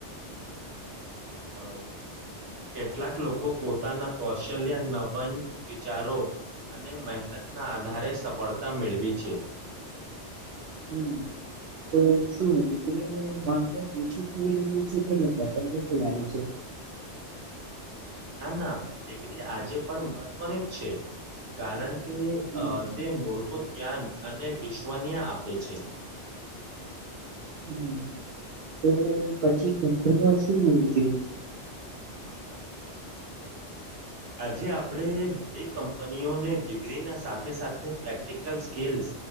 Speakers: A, on the right; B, on the right.
A: હ. અ કેટલાક લોકો પોતાના કૌશલ્ય
B: હા.
A: નવન વિચારો અને મહેનતના આધારે સફળતા મેળવી છે.
B: હમ. તો શું દીકરીનું માત્વ ઓછું થઈ રહ્યું છે તે વેપારી લાગે છે. <inaudible>
A: ના ના ડિગરી આજે પણ મહત્વની જ છે કારણ કે
B: હમ
A: અ તે મૂળભુત જ્ઞાન અને વિશ્વનીય આપે છે.
B: હમ તો પછી કંપનીઓ શું જુએ છે.
A: <inaudible> આજે આપણે ઘણી કંપનીઓને ડિગ્રી ના સાથે સાથે પ્રેક્ટિકલ સ્કીલ્સ